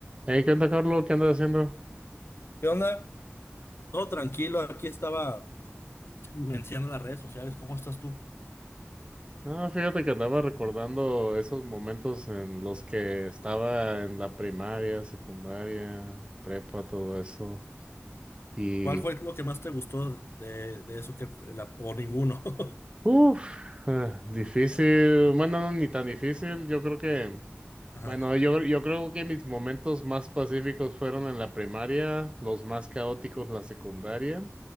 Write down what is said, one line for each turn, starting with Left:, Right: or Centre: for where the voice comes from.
Right: Hey, ¿qué onda, Carlos? ¿Qué andas haciendo?
Left: ¿Qué onda? Todo tranquilo, aquí estaba mencionando las redes sociales. ¿Cómo estás tú?
Right: Ah, fíjate que andaba recordando esos momentos en los que estaba en la primaria, secundaria, prepa, todo eso. Y,
Left: ¿Cuál fue lo que más te gustó de, de eso que la- o ninguno? <laughs>
Right: uff, difícil. Bueno, no, ni tan difícil. Yo creo que,
Left: Ajá.
Right: bueno, yo, yo creo que mis momentos más pacíficos fueron en la primaria, los más caóticos la secundaria